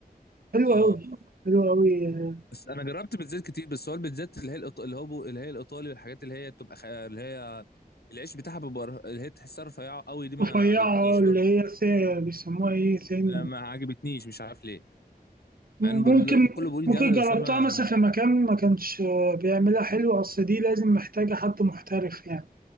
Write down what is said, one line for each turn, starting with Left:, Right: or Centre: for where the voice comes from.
Right: حلوه
Left: اه
Right: قوي حلوه قوي آه،
Left: بس انا جربت بيتزات كتير بس هو البيتزات اللي هي الإيط- اللي هو اللي هي الايطالي والحاجات اللي هي بتبقى خ... اللي هي العيش بتاعها بيبقى ر- اللي هي تحسها رفيعه قوي دي ما
Right: رفيعه
Left: عجبتنيش
Right: اللي
Left: برضه
Right: هي سا- بيسموها ايه سن
Left: ما ما عجبتنيش مش عارف ليه
Right: ممكن
Left: مع ان بقول- كله بيقول
Right: ممكن
Left: جامده
Right: جربتها
Left: بس انا
Right: مثلا في مكان ما كانش آه، بيعملها حلو اصل دي لازم محتاجه حد محترف يعني